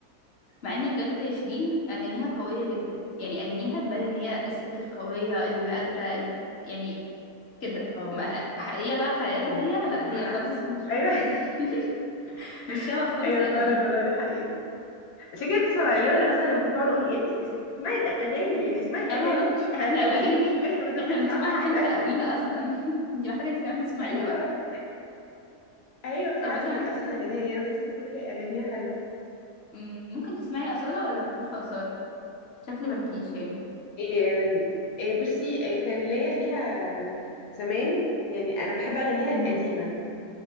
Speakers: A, on the left; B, on the left.
A: مع ان بجد شيرين اغانيها قويه جدا يعني اغانيها تبان ان هي الست القويه اللي قادره ال- يعني كده
B: اه
A: ما حقيقيه بقى حقيقتها
B: ايوه
A: هي لا هي
B: على عكس
A: خالص
B: ال...
A: مش
B: ايوه
A: <laughs> مش شبه
B: <laughs>
A: خالص
B: ايوه
A: اغانيها
B: فعلا والله ده حقيقي عشان كده بتصعب علي لو انا اصلا لما كنت بقعد اقول إيه- إيه، إيه، اسمعي الاغاني يعني اسمعي اغانيكي
A: اه
B: هتقويكي
A: احنا الاغاني دي
B: شويه بدل
A: احنا
B: ما انت
A: بنسمعها
B: عامله كده
A: عشان تقوينا
B: <laughs>
A: اصلا <laughs> انت محتاجه انت كمان تسمعيها
B: ايوه
A: بقى
B: ايوه فعلا
A: طب مثلا
B: هي اصلا اغانيها يعني انا بحس كل اغانيها حلوه
A: مم، ممكن تسمعي اصاله ولا مالكيش في اصاله شكلي مالكيش يعني
B: إيه إيه بصي إيه كان ليا فيها زمان يعني انا بحب اغانيها
A: امم
B: القديمه